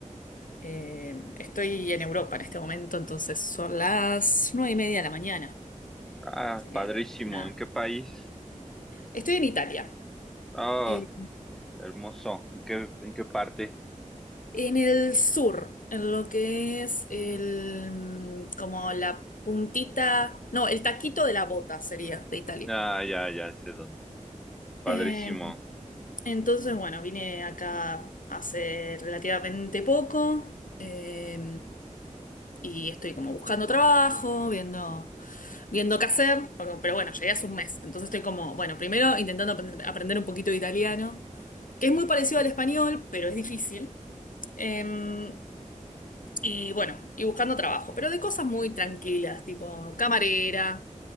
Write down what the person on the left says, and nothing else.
Em, estoy en Europa en este momento, entonces son las nueve y media de la mañana.
Así que,
nada.
Estoy en Italia.
Em,
En el sur, en lo que es el, mm, como la puntita, no, el taquito de la bota sería de Italia.
Eh, entonces, bueno, vine acá hace relativamente poco eh, y estoy como buscando trabajo, viendo, viendo qué hacer, porque- pero bueno, llegué hace un mes, entonces estoy como, bueno, primero intentando aprend- aprender un poquito de italiano, que es muy parecido al español, pero es difícil. Em, Y bueno, y buscando trabajo, pero de cosas muy tranquilas, tipo camarera.